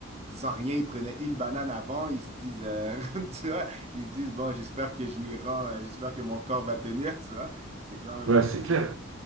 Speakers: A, on the right; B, on the right.
A: sans rien, ils prenaient une banane avant, ils se disent, euh, <laughs> tu vois, ils se disent, bon, j'espère que je m'y rends, euh, j'espère que mon corps va tenir, tu vois. C'est quand même
B: Ouais,
A: fou.
B: c'est clair.